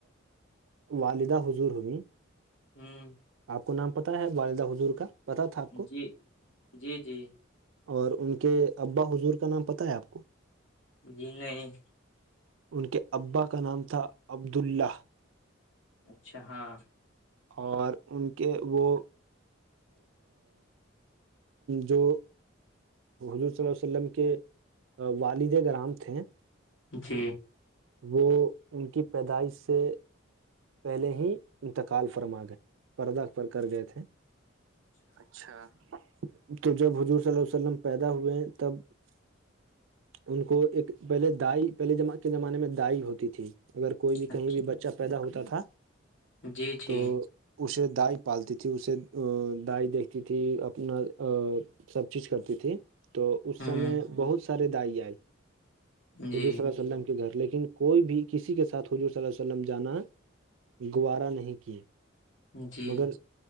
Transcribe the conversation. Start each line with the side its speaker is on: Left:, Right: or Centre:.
Right: والدہ حضور ہوئی
Left: ہوں
Right: آپ کو نام پتا ہے والدہ حضور کا پتہ تھا آپ کو
Left: جی جی جی
Right: اور ان کے ابا حضور کا نام پتہ ہے آپ کو
Left: جی نہیں
Right: ان کے ابا کا نام تھا عبد اللہ
Left: اچھا ہاں
Right: اور ان کے وہ جو حضور صلی ال عیہ وسلم کے والد گرام تھے
Left: جی
Right: وہ ان کی پیدائش سے پہلے ہی انتقال فرما گئے پردہ کر گئے تھے اچھا تو جب حضور صلی اللہ وسلم پیدا ہوئے تب <unintelligible> ان کو ایک پہلے دائی پہلےم کے زمانے میں دائی ہوتی تھی <unintelligible> اگر کوئی بھی
Left: اچھا
Right: کہیں بھی بچہ پیدا ہوتا تھا
Left: جی
Right: تو
Left: جی
Right: اسے دائی پالتی تھی اسے دائی دیکھتی تھی اپنا سب چیز کرتی تھی <inaudible> <unintelligible> تو اس
Left: ہوں
Right: سمے بہت سارے دائی آئے
Left: جی
Right: حضور صب گھر لیکن کوئی بھی کسی کے ساتھ حضور صلی اللہ وسلم جانا ہے گوارہ نہیں کیے
Left: جی
Right: مگر